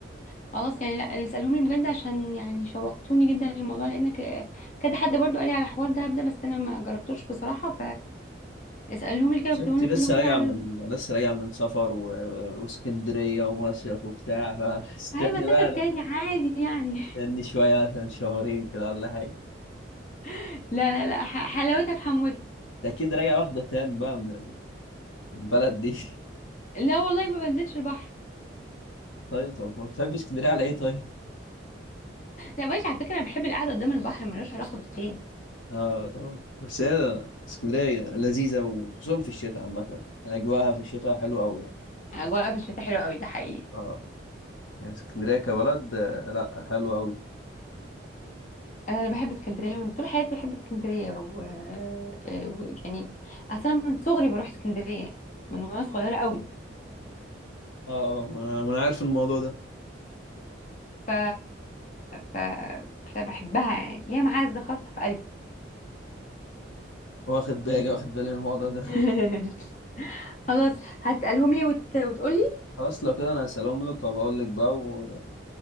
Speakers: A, on the left; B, on the left.
A: خلاص يعني لا اسألهم لي بجد عشان يعني شوقتوني جدا للموضوع لان ك- كذا حد برضو قال لي على حوار دهب ده بس انا ما جربتوش بصراحة فاسألهم لي كده
B: بس
A: واكتبهم
B: انت
A: لي
B: لسه
A: كلهم
B: راجعه
A: كده على
B: من
A: ال-
B: لسه راجعه من سفر و... واسكندريه ومصيف وبتاع فاستني
A: هاي مسافة
B: <laughs> بقى لا.
A: تاني عادي يعني
B: استني شويه مثلا شهرين كده ولا حاجه
A: <laughs> لا لا لا ح- حلاوتها في حموتها
B: انت اكيد راجع واخده تان بقى من البلد دي
A: لا والله ما بنزلش البحر
B: <laughs> طيب طب ما بتحبش اسكندريه على ايه طيب
A: لا ماشي على فكرة انا بحب القعدة قدام البحر ملوش علاقة بالتاني
B: اه آه. بس هي اسكندرية لذيذة وخصوصا في الشتاء عامة أجواءها في الشتاء حلوة أوي يعني
A: اجواء في الشتاء حلوة قوي ده حقيقي
B: اه يعني اسكندرية كبلد آه، لا حلوة أوي
A: انا بحب اسكندرية من طول حياتي بحب اسكندرية و... آه، و... يعني اصلا من صغري بروح اسكندرية من وانا صغيرة قوي
B: اه اه ما أنا ما أنا عارف الموضوع ده
A: ف... ف... فبحبها يعني ليها معزة خاصة في قلبي
B: واخد بالي واخد بالي من الموضوع ده
A: <laughs>
B: <laughs>
A: خلاص هتسألهم لي وت... وتقولي
B: خلاص لو كده أنا هسلم لك وبقول لك بقى و...